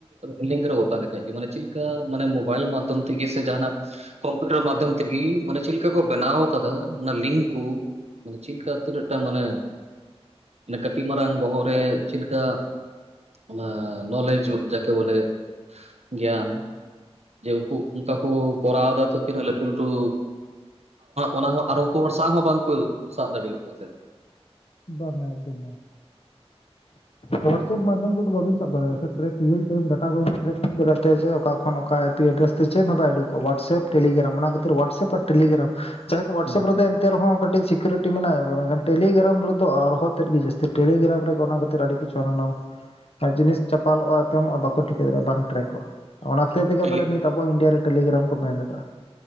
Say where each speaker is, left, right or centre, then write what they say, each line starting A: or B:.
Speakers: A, on the right; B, on the left.
A: ᱠᱷᱟᱞᱤᱝᱠ ᱨᱮ ᱚᱛᱟ ᱞᱮᱠᱷᱟᱡ ᱜᱮ ᱢᱟᱱᱮ ᱪᱮᱫ ᱞᱮᱠᱟ ᱢᱟᱱᱮ ᱢᱳᱵᱟᱭᱤᱞ ᱢᱟᱫᱽᱫᱷᱚᱢ ᱛᱮᱜᱮ ᱥᱮ ᱡᱟᱦᱟᱸᱱᱟᱜ ᱡᱟᱦᱟᱱᱟᱜ ᱠᱚᱢᱯᱤᱭᱩᱴᱟᱨ ᱢᱟᱫᱽᱫᱷᱚᱢ ᱛᱮᱜᱮ ᱢᱟᱱᱮ ᱪᱮᱫᱠᱟ ᱠᱚ ᱵᱮᱱᱟᱣ ᱟᱠᱟᱫᱟ ᱚᱱᱟ ᱞᱤᱝᱠ ᱠᱚ ᱪᱮᱫ ᱞᱮᱠᱟ ᱛᱤᱱᱟᱹᱜᱴᱟ ᱢᱟᱱᱮ
B: <inaudible>
A: ᱠᱟᱹᱴᱤᱡ ᱢᱟᱨᱟᱝ ᱵᱚᱦᱚᱜ ᱨᱮ ᱪᱮᱫ ᱞᱮᱠᱟ ᱚᱱᱟ ᱱᱚᱞᱮᱡᱽ ᱡᱟᱠᱮ ᱵᱚᱞᱮ ᱜᱮᱭᱟᱱ ᱡᱮ ᱩᱱᱠᱩ ᱚᱱᱠᱟ ᱠᱚ ᱠᱚᱨᱟᱣ ᱫᱟ ᱛᱚ ᱛᱤᱱᱟᱹᱜ ᱞᱟᱹᱴᱩ ᱞᱟᱹᱴᱩ ᱚᱱᱟᱦᱚᱸ ᱟᱨ ᱩᱱᱠᱩ ᱦᱚᱲ ᱥᱟᱵ ᱦᱚᱸ ᱵᱟᱝᱠᱚ ᱥᱟᱵ ᱫᱟᱲᱮᱠᱚ ᱛᱟᱦᱮᱸᱱ
B: ᱵᱟᱝᱟ ᱮᱠᱫᱚᱢ ᱦᱚᱣᱟᱴᱥᱮᱯ ᱢᱟᱫᱽᱫᱷᱚᱢ ᱛᱮᱫᱚ ᱵᱟᱝᱵᱚᱱ ᱥᱟᱵ ᱫᱟᱲᱮᱼᱟ ᱥᱮ ᱴᱨᱮᱠ ᱨᱤᱭᱮᱞ ᱴᱤᱢ ᱰᱟ ᱠᱚ ᱴᱨᱮᱠ ᱩᱩ ᱫᱮᱭᱟᱜᱟ ᱡ ᱚᱠᱟ ᱠᱷᱚᱱᱠᱟ ᱟᱭ ᱯᱤ ᱮᱰᱨᱮᱥ ᱛᱮ ᱪᱮᱫ ᱦᱚᱸ ᱵᱟᱭᱰᱩᱠᱼᱟ ᱚᱣᱟᱥ ᱥᱮᱵ ᱴᱮᱞᱤᱜᱨᱟᱢ ᱚᱱᱟ ᱠᱷᱛᱤᱨ ᱣᱟᱴᱥᱮᱯ ᱟᱨ ᱴᱮᱞᱤᱜᱨᱟᱢ ᱡᱟᱦᱟᱸᱭ ᱠᱚ ᱦᱣᱟᱴᱥᱮᱯ
A: ᱦᱩᱸ
B: ᱨᱮᱫᱚ ᱮᱱᱛᱮ ᱨᱮᱦᱚ ᱸ ᱥᱤᱠᱩᱨᱤᱴᱤ ᱢᱮᱱᱟᱜ ᱟ ᱢᱮᱱᱠᱷᱟᱱ ᱴᱮᱞᱤᱜᱨᱟᱢ ᱨᱮᱫᱚ ᱟᱨᱦᱚᱸ ᱛᱮᱫ ᱜᱮ ᱡᱟᱹᱥᱛᱤ ᱴᱮᱞᱤᱜᱨᱟᱢ ᱨᱮᱜᱮ ᱚᱱᱟ ᱠᱷᱛᱤᱨ ᱟᱹᱰᱤ ᱠᱤᱪᱷᱩ ᱦᱟᱱᱟ ᱱᱟᱣᱟ ᱡᱤᱱᱤᱥ ᱪᱟᱯᱟᱞᱚᱜᱼᱟᱯᱮᱢᱚᱜᱼᱟ ᱵᱟᱠᱚ ᱴᱷᱤᱠᱟᱹ ᱫᱟᱲᱮᱭᱟᱜᱼᱟ ᱵᱟᱝ ᱴᱨᱮᱠᱚᱜᱼᱟ ᱚᱱᱟ ᱠᱷᱟᱹᱛᱤᱨ ᱛᱮᱜᱮᱮ
A: ᱴᱮᱞᱤ
B: ᱱᱤᱛ ᱟᱵᱚ ᱤᱱᱰᱤᱭᱟ ᱴᱮᱞᱤᱜᱨᱟᱢ ᱠᱚ ᱵᱮᱱᱴ ᱟᱠᱟᱫᱼᱟ